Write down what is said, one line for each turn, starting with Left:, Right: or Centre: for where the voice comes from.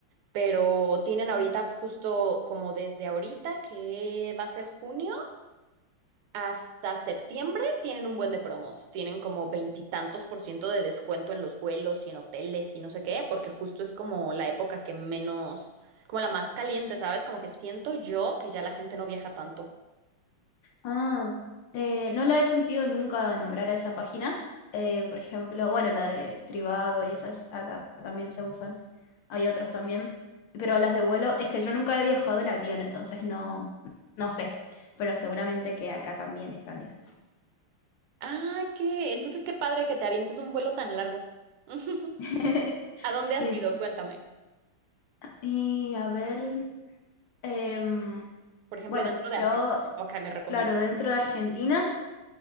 Right: pero tienen ahorita justo como desde ahorita, que va a ser junio. Hasta septiembre tienen un buen de promos, tienen como veintitantos por ciento de descuento en los vuelos y en hoteles y no sé qué, porque justo es como la época que menos, como la más caliente, ¿sabes? Como que siento yo que ya la gente no viaja tanto.
Left: ah, eh, no la he sentido nunca nombrar a esa página. Eh, por ejemplo, bueno, la de Trivago y esas acá también se usan. Hay otras también. Pero las de vuelo, es que yo nunca he viajado en avión, entonces no, no sé. Pero seguramente que acá también están esas.
Right: Ah, qué, entonces qué padre que te avientes un vuelo tan largo. <laughs>
Left: <laughs>
Right: ¿A dónde has
Left: Y,
Right: ido? Cuéntame.
Left: y a ver. em,
Right: Por ejemplo,
Left: bueno,
Right: dentro de
Left: yo,
Right: Argentina. Ok, me recomiendas.
Left: claro, dentro de Argentina,